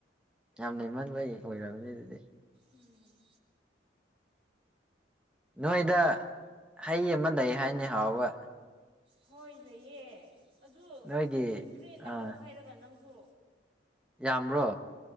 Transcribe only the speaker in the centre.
ꯌꯥꯝ ꯂꯩꯃꯟꯕ ꯑꯣꯏꯔꯝꯅꯤ ꯑꯗꯨꯗꯤ
ꯅꯣꯏꯗ ꯍꯩ ꯑꯃ ꯂꯩ ꯍꯥꯏꯅꯦ ꯍꯥꯎꯕ
ꯅꯣꯏꯒꯤ
ꯑꯥ
ꯌꯥꯝꯕ꯭ꯔꯣ